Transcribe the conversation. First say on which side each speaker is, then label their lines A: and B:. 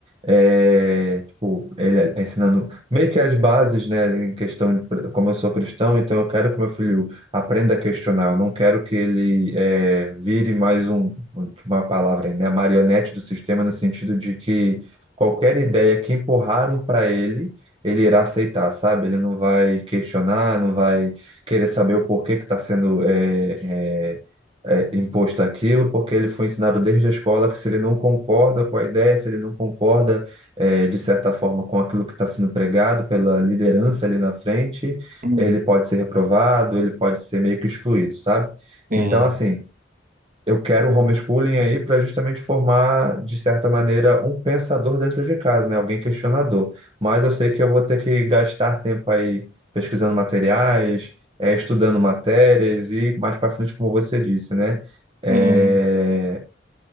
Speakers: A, on the right; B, on the right.
A: É, tipo, ele é ensinando meio que as bases, né, em questão de pre- como eu sou cristão, então eu quero que meu filho aprenda a questionar. Eu não quero que ele é, vire mais um, uma palavra, aí, né, a marionete do sistema, no sentido de que qualquer ideia que empurrarem para ele, ele irá aceitar, sabe? Ele não vai questionar, não vai querer saber o porquê que está sendo. é, é, é, imposto aquilo, porque ele foi ensinado desde a escola que se ele não concorda com a ideia, se ele não concorda, eh, de certa forma, com aquilo que está sendo pregado pela liderança ali na frente,
B: uhum.
A: ele pode ser reprovado, ele pode ser meio que excluído, sabe?
B: Sim,
A: Então, assim eu quero o homeschooling aí para justamente formar, de certa maneira, um pensador dentro de casa, né? Alguém questionador. Mas eu sei que eu vou ter que gastar tempo aí pesquisando materiais, eh, estudando matérias e mais para frente, como você disse, né? Eh,
B: sim.